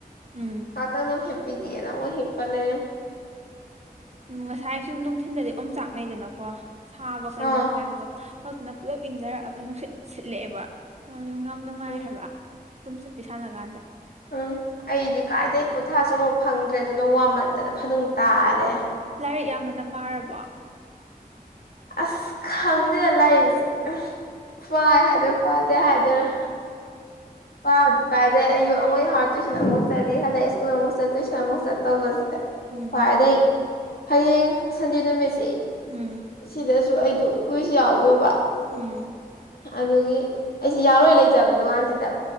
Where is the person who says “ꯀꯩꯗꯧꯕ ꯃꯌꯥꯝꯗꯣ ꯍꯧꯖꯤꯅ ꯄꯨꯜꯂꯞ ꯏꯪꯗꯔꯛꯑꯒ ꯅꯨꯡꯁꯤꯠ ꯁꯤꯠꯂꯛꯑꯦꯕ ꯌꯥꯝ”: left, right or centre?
Right